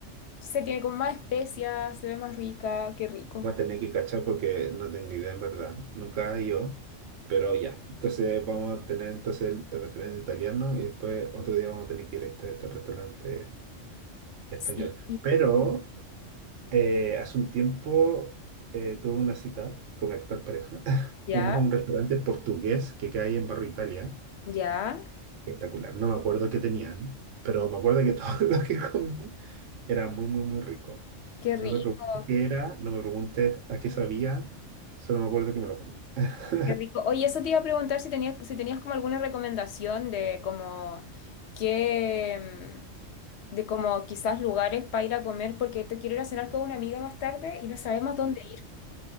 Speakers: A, on the left; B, on the right.
A: se tiene como más especias, se ve más rica, qué rico.
B: Voy a tener que cachar porque no tengo idea en verdad. Nunca he ido, pero ya. Entonces vamos a tener entonces el, el restaurante italiano y después otro día vamos a tener que ir a este, este restaurante español.
A: Sí,
B: Pero eh, hace un tiempo eh, tuve una cita con mi actual pareja. <laughs>
A: ya,
B: Fuimos a un restaurante portugués que queda ahí en Barrio Italia.
A: ya,
B: Espectacular. No me acuerdo qué tenían, pero me acuerdo que todo <laughs> lo que comí era muy, muy, muy rico.
A: qué rico.
B: No me preguntes qué era, no me preguntes a qué sabía, solo me acuerdo que me lo comí. <laughs>
A: Qué rico. Oye, eso te iba a preguntar si tenías, si tenías como alguna recomendación de como qué, mm, de como quizás lugares para ir a comer, porque te quiero ir a cenar con una amiga más tarde y no sabemos dónde ir.